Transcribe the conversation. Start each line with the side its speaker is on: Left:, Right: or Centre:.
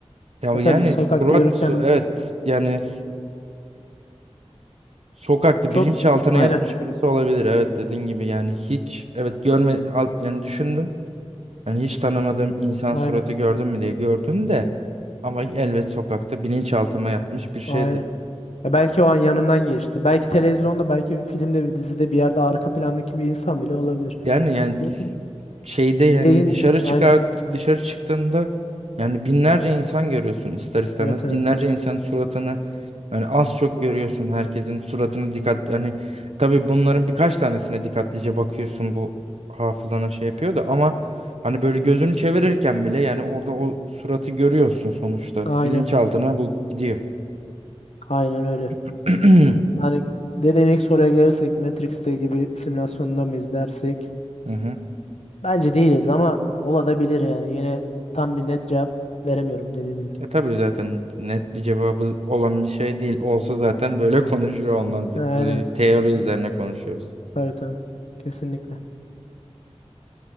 Right: Ya
Left: Ya tabii
Right: yani
Left: sokakta
Right: Fırat
Left: yürürken
Right: evet
Left: bi-
Right: yani sokakta
Left: çok
Right: bilinçaltına
Left: aynen.
Right: yatmış birisi olabilir. Evet dediğin gibi yani hiç evet görme alt- yani düşündüm. Yani hiç tanımadığım insan
Left: Aynen.
Right: suratı gördüm mü diye gördüm de ama elbet sokakta bilinçaltıma yatmış bir şeydir.
Left: Aynen. Ya belki o an yanından geçti. Belki televizyonda, belki bir filmde, bir dizide bir yerde arka plandaki bir insan bile olabilir.
Right: Yani yani
Left: Çünkü
Right: şeyde yani
Left: beyin
Right: dışarı çıkar
Left: aynen.
Right: dışarı çıktığında yani binlerce insan görüyorsun ister istemez.
Left: Evet evet.
Right: Binlerce insan suratını yani az çok görüyorsun herkesin suratını dikkat yani tabii bunların birkaç tanesine dikkatlice bakıyorsun bu hafızana şey yapıyor da ama hani böyle gözünü çevirirken bile yani orada o suratı görüyorsun sonuçta
Left: Aynen.
Right: bilinçaltına bu gidiyor.
Left: Aynen öyle.
Right: <clears throat> Hı
Left: Yani dediğin ilk soruya gelirsek Matrix'te gibi simülasyonda mıyız dersek
Right: hı.
Left: bence değiliz ama olabilir yani. Yine tam bir net cevap veremiyorum dediğim gibi.
Right: E tabii zaten net bir cevabı olan bir şey değil. Olsa zaten böyle <laughs> konuşuyor olmazdık.
Left: Aynen.
Right: Bu teori üzerine konuşuyoruz.
Left: Tabii tabii. Kesinlikle.